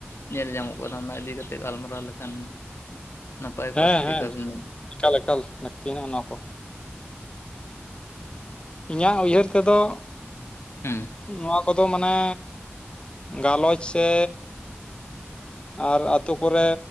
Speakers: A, on the left; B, on the left.
A: ᱧᱮᱞ ᱧᱟᱢᱚᱜ ᱠᱟᱱᱟ ᱚᱱᱟ ᱤᱫᱤ ᱠᱟᱛᱮᱜ ᱜᱟᱞᱢᱟᱨᱟᱣ ᱞᱮᱠᱷᱟᱱ ᱱᱟᱯᱟᱭ ᱠᱚᱜᱼᱟ
B: ᱦᱮᱸ
A: ᱥᱮ ᱪᱮᱫᱠᱟ
B: ᱦᱮᱸ
A: ᱵᱤᱱ ᱢᱮᱱ
B: ᱮᱠᱟᱞ ᱮᱠᱟᱞ ᱞᱟᱹᱠᱛᱤ ᱦᱮᱱᱟᱜᱼᱟ ᱱᱚᱣᱟ ᱠᱚ ᱤᱧᱟᱹᱜ ᱩᱭᱦᱟᱹᱨ ᱛᱮ ᱫᱚ
A: ᱦᱩᱸ
B: ᱱᱚᱣᱟ ᱠᱚ ᱫᱚ ᱢᱟᱱᱮ ᱜᱟᱞᱚᱪ ᱥᱮ ᱟᱨ ᱟᱹᱛᱩ ᱠᱚᱨᱮ